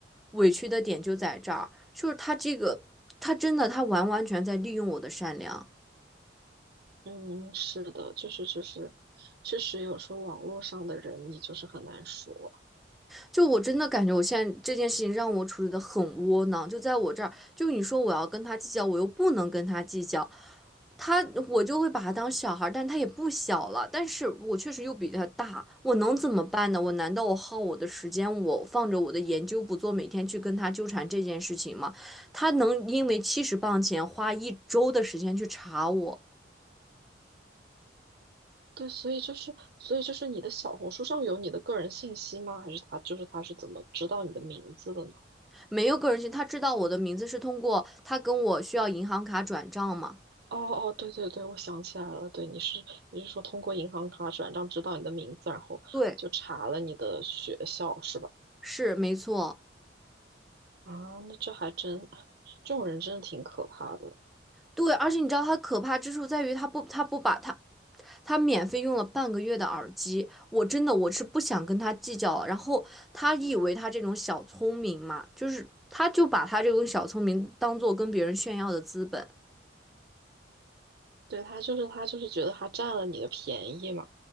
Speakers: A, in the centre; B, on the right.
A: 委屈的点就在这儿，就是他这个他真的他完完全在利用我的善良。
B: 嗯，是的，就是就是，确实有时候网络上的人你就是很难说。
A: 就我真的感觉，我现在这件事情让我处理的很窝囊。就在我这儿，就你说我要跟他计较，我又不能跟他计较，他我就会把他当小孩儿，但他也不小了，但是我确实又比他大，我能怎么办呢？我难道我耗我的时间，我放着我的研究不做，每天去跟他纠缠这件事情吗？他能因为七十磅钱花一周的时间去查我，
B: 对，所以就是，所以就是你的小红书上有你的个人信息吗？还是他就是他是怎么知道你的名字的呢？
A: 没有个人信，他知道我的名字是通过他跟我需要银行卡转账吗？
B: 哦哦，对对对，我想起来了，对，你是你是说通过银行卡转账知道你的名字，然后就查了你的学校是吧？
A: 对，是没错。
B: 啊，那这还真，这种人真的挺可怕的。
A: 对，而且你知道他可怕之处在于，他不，他不把他他免费用了半个月的耳机，我真的我是不想跟他计较了。然后他以为他这种小聪明嘛，就是他就把他这种小聪明当做跟别人炫耀的资本，
B: 对，他就是他就是觉得他占了你的便宜嘛。